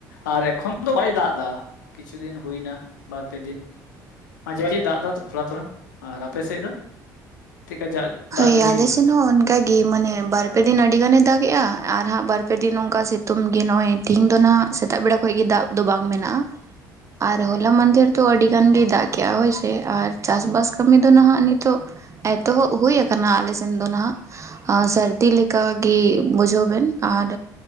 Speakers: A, on the left; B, on the right.
A: ᱟᱨ ᱮᱠᱷᱚᱱ ᱫᱚ ᱵᱟᱭ ᱫᱟᱜ ᱮᱫᱟ ᱠᱤᱪᱷᱩ ᱫᱤᱱ ᱦᱩᱭ ᱮᱱᱟ ᱵᱟᱨ ᱯᱮ ᱫᱤᱱ᱾ ᱢᱟᱡᱷᱮ ᱢᱟᱡᱷᱮ ᱫᱟᱜ ᱫᱟ ᱛᱷᱚᱲᱟ ᱛᱷᱚᱲᱟ ᱟᱨ ᱟᱯᱮᱥᱮᱫ ᱫᱚ ᱪᱮᱫᱠᱟ? ᱫᱟᱜ
B: ᱦᱳᱭ
A: ᱡᱟᱹᱲᱤ
B: ᱟᱞᱮ
A: ᱦᱩᱭᱩᱜᱼᱟ?
B: ᱥᱮᱱ ᱦᱚᱸ ᱚᱱᱠᱟ ᱜᱮ ᱢᱟᱱᱮ ᱵᱟᱨᱯᱮ ᱫᱤᱱ ᱟᱹᱰᱤ ᱜᱟᱱᱮ ᱫᱟᱜᱮᱜᱼᱟ ᱟᱨ ᱦᱟᱸᱜ ᱵᱟᱨ ᱯᱮ ᱫᱤᱱ ᱚᱱᱠᱟ ᱥᱤᱛᱩᱝ ᱜᱮ ᱱᱚᱜᱼᱚᱭ ᱛᱮᱦᱮᱧ ᱫᱚ ᱱᱟᱦᱟᱜ ᱥᱮᱛᱟᱜ ᱵᱮᱲᱟ ᱠᱷᱚᱱ ᱜᱮ ᱫᱟᱜ ᱫᱚ ᱵᱟᱝ ᱢᱮᱱᱟᱜᱼᱟ ᱟᱨ
A: ᱦᱮᱸ
B: ᱦᱚᱞᱟ ᱢᱟᱫᱷᱮᱨ ᱫᱚ ᱟᱹᱰᱤ ᱜᱟᱱ ᱜᱮ ᱫᱟᱜ ᱠᱮᱭᱟ ᱦᱚᱭᱥᱮ ᱟᱨ ᱪᱟᱥᱵᱟᱥ ᱠᱟᱹᱢᱤ ᱫᱚ ᱱᱟᱦᱟᱜ ᱱᱤᱛᱚᱜ ᱮᱛᱚᱦᱚᱵ ᱦᱩᱭ ᱦᱩᱭ ᱟᱠᱟᱱᱟ ᱟᱞᱮ ᱥᱮᱱ ᱫᱚ ᱱᱟᱦᱟᱜ ᱥᱟᱹᱨᱫᱤ
A: ᱚ
B: ᱞᱮᱠᱟᱜᱮ ᱵᱩᱡᱷᱟᱹᱣ ᱵᱮᱱ ᱟᱨ